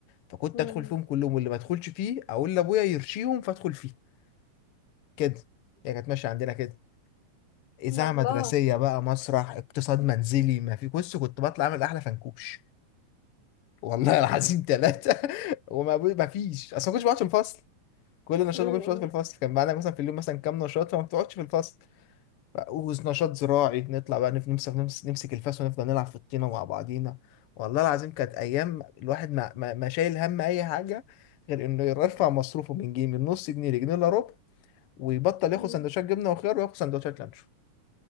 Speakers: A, on the left; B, on the left.
A: فكنت
B: مم.
A: ادخل فيهم كلهم واللي ما ادخلش فيه اقول لابويا يرشيهم فادخل فيه كده هي كانت ماشيه عندنا كده اذاعه
B: الله
A: مدرسيه بقى مسرح اقتصاد منزلي ما في بص كنت بطلع اعمل احلى فنكوش والله العظيم ثلاثه <laughs> وما ما فيش اصلا ما كنتش بقعد في الفصل كل نشاط
B: مم.
A: ما كنتش بتقعد في الفصل كان معانا مثلا في اليوم مثلا كام نشاط فما بتقعدش في الفصل ف- ونشاط زراعي نطلع بقى نف- نمسك نمس- نمسك الفاس ونفضل نلعب في الطينة مع بعضينا والله العظيم كانت أيام الواحد ما, ما, ما شايل هم أي حاجة غير إنه يرفع مصروفه من جنيه من نص جنيه لجنيه إلا ربع ويبطل ياخد
B: مم.
A: سندوتشات جبنة وخيار وياخد سندوتشات لانشو